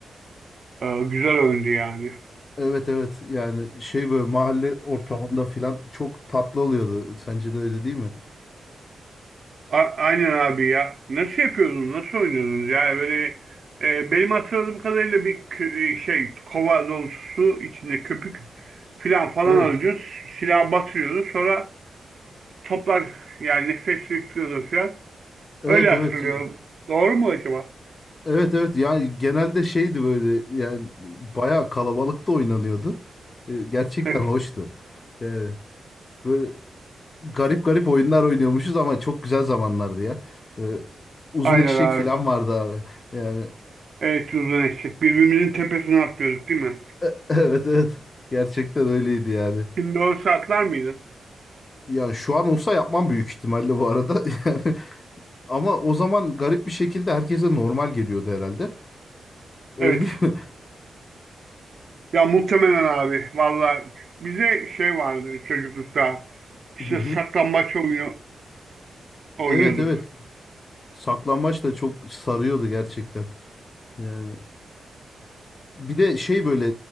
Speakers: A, on the right; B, on the left.
A: Ee, güzel oyundu yani.
B: Evet evet. Yani şey böyle mahalle ortamında falan çok tatlı oluyordu. Sence de öyle değil mi?
A: A- aynen abi ya. Nasıl yapıyordunuz? Nasıl oynuyordunuz? Yani böyle e, benim hatırladığım kadarıyla bir kü- e, şey kova dolusu su içinde köpük filan falan
B: Evet.
A: alıyordun. Silah batırıyordun. Sonra toplar yani nefes yüklüyordun filan.
B: Evet
A: Öyle hatırlıyorum.
B: evet.
A: Doğru mu acaba?
B: Evet evet. Yani genelde şeydi böyle yani bayağı kalabalıkta oynanıyordu. E, Gerçekten
A: Evet.
B: hoştu. Yani böyle garip garip oyunlar oynuyormuşuz ama çok güzel zamanlardı ya. Ve uzun
A: Aynen
B: eşek
A: abi.
B: falan vardı abi. Yani
A: Evet uzun eşek. Birbirimizin tepesine atlıyorduk değil mi?
B: <laughs> evet evet gerçekten öyleydi yani.
A: Şimdi o saatler miydin?
B: Ya şu an olsa yapmam büyük ihtimalle bu arada. <laughs> Yani ama o zaman garip bir şekilde herkese normal geliyordu herhalde. Öyle
A: Evet.
B: değil mi?
A: Ya muhtemelen abi. Valla bize şey vardı çocuklukta. İşte
B: <laughs> Hı hı.
A: saklambaç oyunu oynuyorduk.
B: Evet evet. Saklambaç da çok sarıyordu gerçekten. Yani Bir de şey böyle